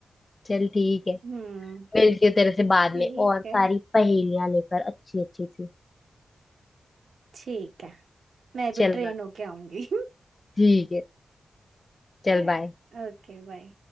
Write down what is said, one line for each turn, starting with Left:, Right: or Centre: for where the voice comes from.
Left: चल ठीक है
Right: हम्म
Left: मिलती हूँ तेरे से बाद
Right: ठीक
Left: में और सारी
Right: है
Left: पहेलियां लेकर अच्छी अच्छी सी
Right: ठीक है मैं
Left: चल
Right: भी ट्रेन
Left: बाय
Right: होके आऊंगी
Left: ठीक है चल
Right: <laughs>
Left: बाय
Right: Okay bye